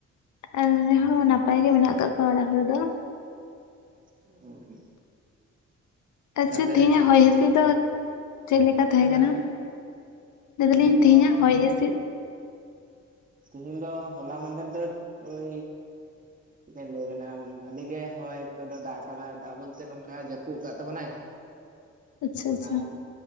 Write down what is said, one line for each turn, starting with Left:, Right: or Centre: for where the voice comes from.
Left: ᱟᱞᱩᱧ ᱨᱤᱱ ᱦᱚᱸ ᱱᱟᱯᱟᱭ ᱜᱮ ᱢᱮᱱᱟᱜ ᱠᱟᱜ ᱠᱚᱣᱟ ᱚᱲᱟᱜ ᱦᱚᱲ ᱫᱚ
Right: <unintelligible>
Left: ᱟᱪᱪᱷᱟ
Right: ᱛᱟᱦᱚᱞᱮ
Left: ᱛᱮᱦᱤᱧᱟᱜ
Right: ᱪᱮᱫ
Left: ᱦᱚᱭ ᱦᱤᱥᱤᱫ ᱫᱚ? ᱪᱮᱫᱮᱠᱟ ᱛᱟᱦᱮᱸ
Right: ᱦᱳᱭ ᱢᱟ
Left: ᱠᱟᱱᱟ᱾
Right: ᱞᱟᱹᱭ
Left: ᱞᱟ.
Right: ᱵᱮᱱ
Left: ᱭ
Right: ᱛᱮᱦᱮᱧ
Left: ᱫᱟᱞᱤᱧ ᱛᱮᱦᱮᱧᱟᱜ
Right: ᱫᱚ
Left: ᱦᱚᱭ ᱦᱤᱸᱥᱤᱫ?
Right: ᱛᱮᱦᱤᱧ ᱫᱚ ᱦᱚᱞᱟ ᱢᱟᱦᱽᱫᱷᱮᱨ ᱫᱚ ᱦᱳᱭ ᱪᱮᱫ ᱞᱤᱧ ᱞᱟᱹᱭᱵᱮᱱᱟ ᱵᱷᱟᱞᱤ ᱜᱮ ᱦᱚᱭ ᱠᱚᱫᱚ ᱫᱟᱜ ᱟᱠᱟᱫᱟᱭ ᱫᱟᱜ ᱵᱚᱞᱛᱮ ᱱᱚᱝᱠᱟ ᱡᱟᱹᱯᱩᱫ ᱠᱟᱜ ᱛᱟᱵᱚᱱᱟᱭ
Left: <inaudible> ᱟᱪᱪᱷᱟ
Right: ᱟᱨ